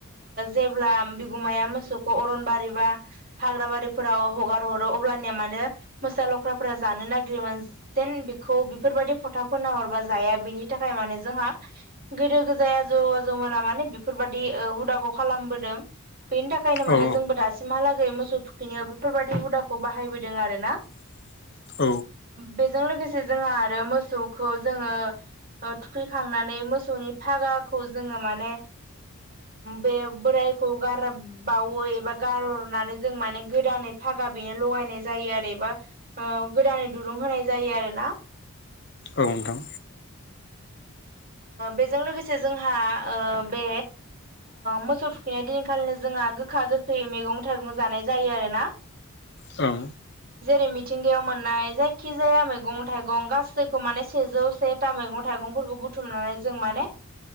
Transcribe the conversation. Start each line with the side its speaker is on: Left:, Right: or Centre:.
Right: जेब्ला बिगुमाया मोसौखौ अरन बारि बा हाग्रा बारिफोराव हगार हरो अब्लानिया मानोे मोसा लख्राफोरा जानो नागिरोमोन जेन बेखौ बेफोरबायदि फथाफोर नाहरबा जाया बेनि थाखाय माने जोंहा गोदो गोजाय आजौ आजौ मोना माने बेफोरबाददि हुदाखौ खालामबोदों बेनि थाखायनो माने
Left: औ
Right: जोंबो दासिमहालागै मोसौ थुखैनायाव बेफोरबायाददि हुदाखौ बाहायबोदों आरो ना
Left: <inaudible>
Right: बेजों लोगोसे जोंहा आरो मोसौखौ जोङो थुखैखांनानै मोसौ मोसौनि फागाखौ जोङो माने बे बोरायखौ गार बावो एबा गारहरनानै जों माने गोदानै फागा बेनो लगायनाय जायो आरो एबा गोदानै दुरुं होनाय जायो आरो ना
Left: औ नोंथां
Right: बेजों लोगोसे जोंहा बे मोसौ थुखैनाय दिनखालिनो जों जोंहा गोखा गोखै मैगं थाइगं जानाय जायो आरोना
Left: औ
Right: जेरै मिथिंगायाव मोननाय जायखिजाया मैगं थाइगं गासैखौ माने सेजौ सेथा मैगं थाइगं थाइगंफोरखौ बुथुम बुथुमनानै जों माने